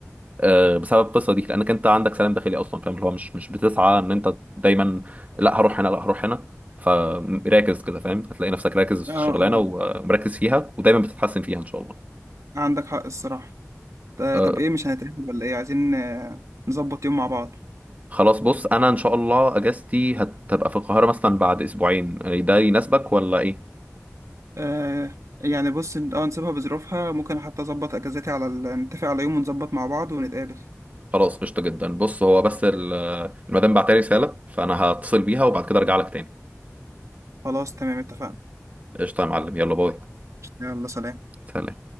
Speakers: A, on the right (about 30°); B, on the right (about 70°).
A: آه، بسبب القصة دي لأنك أنت عندك سلام داخلي أصلا فاهم اللي هو مش مش بتسعى إن أنت دايما لا هروح هنا لا هروح هنا فراكز كده فاهم هتلاقي نفسك راكز
B: اه
A: في
B: اه
A: الشغلانة ومركز فيها ودايما بتتحسن فيها إن شاء الله
B: عندك حق الصراحة آه،
A: آه،
B: طب ايه مش هنتقابل ولا ايه عايزين آه، نظبط يوم مع بعض
A: خلاص بص أنا إن شاء الله أجازتي هتبقى في القاهرة مثلا بعد أسبوعين يعني ده يناسبك ولا إيه؟
B: آه يعني بص إن- اه نسيبها بظروفها ممكن حتى اظبط اجازتي على ال... نتفق على يوم ونظبط مع بعض ونتقابل
A: خلاص قشطة جدا بص هو بس ال- المدام بعتلي رسالة فأنا هتصل بيها وبعد كده أرجع لك تاني
B: خلاص تمام اتفقنا
A: قشطة يا معلم يلا باي
B: يلا سلام
A: سلام